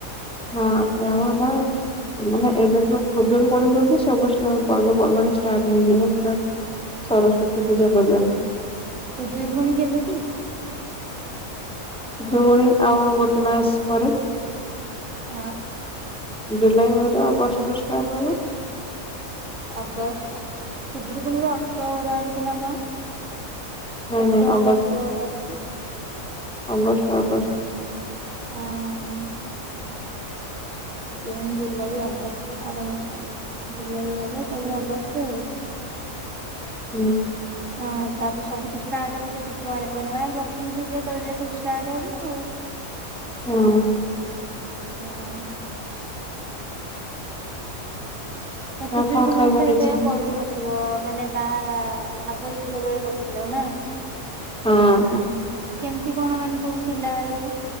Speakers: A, in the centre; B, on the right.
A: ହଁ ସେ। <unintelligible> ମାନେ ଏବେ ତ ଖୋଦରୁ କଣ ଦହୁଛି ସବୁ ପର୍ବପର୍ବାଣି ଷ୍ଟାର୍ଟ ହେଇଗଲା ପୁରା ସରସ୍ଵତୀ ପୂଝା ପର୍ୟ୍ୟନ୍ତ।
B: ଉଦୟପୁଣି କେବେ କି?
A: ଭୁଉଣୀ ଆଉ ଗୋଟେ ମାସ ପରେ।
B: ହଁ।
A: ଜୁଲାଇ ମ ଅଗଷ୍ଟରେ ଷ୍ଟାର୍ଟ ହେଲା।
B: ଆଗଷ୍ଟ ଖୁଦ୍ରୁ୍କୁଣୀ ବା ଅକ୍ଟୋବର ଆଡ଼କୁ ନା କ?
A: ନାଇଁ
B: ସେପ୍ଟେମ୍ବର
A: ନାଇଁ ଅଗଷ୍ଟ
B: ଅକ୍ଟୋବର ଆଡ଼କୁ।
A: August August.
B: ହଁ ହ। ଜୁନ୍ ଜୁଲାଇ ଅଗଷ୍ଟ ବାର ମାସ ଜୁଲାଇ ଅଗଷ୍ଟ ତାରେ ଅଗଷ୍ଟ ଏ। <inaudible>
A: ହୁଁ।
B: ହଁ ତାପରେ ସବୁ ତ ଷ୍ଟାର୍ଟ ହବ ସେଠି କୁଆଁରେ ପୂର୍ଣିମା ଲକ୍ଷ୍ମୀ ପୂଜା ତାପରେ ସବୁ ଷ୍ଟାର୍ଟ ହବ ଆଉ। <inaudible>
A: ହଁ।
B: ଆଁ ତମେ ଖୁଦୁରୁକୁଣୀ
A: ଆଉ କଣ ଖାଇବା
B: ଓଷା
A: ହେଇଛି
B: ପ୍ରାୟ କରୁନଥୁବ ମାନେ ବା ଆ-ଆଗରୁ ଝିଅ ବେଳେ କରୁଥୁଲ ନା?
A: ହଁ।
B: କେମତି କଣ ମାନେ ସବୁ ଥିଲା ଇଏ?